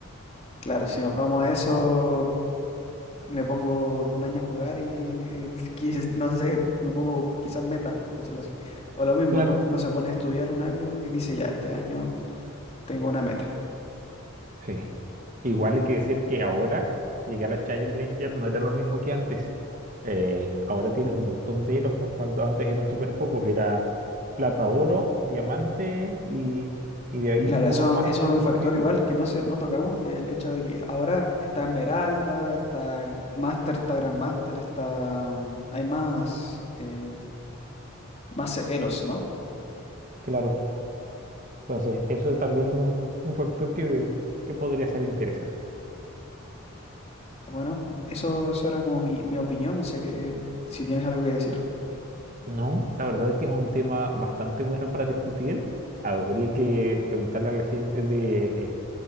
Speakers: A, on the left; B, on the right.
A: claro, si nos vamos a eso, me pongo un año a jugar y <laughs> quiz- no sé, me pongo quizás metas, por decirlo así. O lo mismo,
B: claro.
A: ¿no? Uno se pone a estudiar un año y dice, ya, este año tengo una meta.
B: Sí. Igual hay que decir que ahora llegar a Challenger no era lo mismo que antes. Eh, ahora tienes un montón de eros más, cuando antes eran súper pocos. Era plata, oro, diamante y, y de ahí
A: Claro,
B: uno
A: eso,
B: más
A: eso
B: antes del
A: es un
B: competitivo.
A: factor igual que no, se, no tocamos, que el hecho de que ahora está Esmeralda, está Master, está Grandmaster, está... mm, hay más, eh, más Elos, ¿no?
B: Claro. Entonces, eso también es un, un factor que, que podría ser interesante.
A: Eh, Bueno, eso, eso era como mi, mi opinión, no sé qué, si tienes algo que decir.
B: No, la verdad es que es un tema bastante bueno para discutir. Habría que preguntarle a la gente de,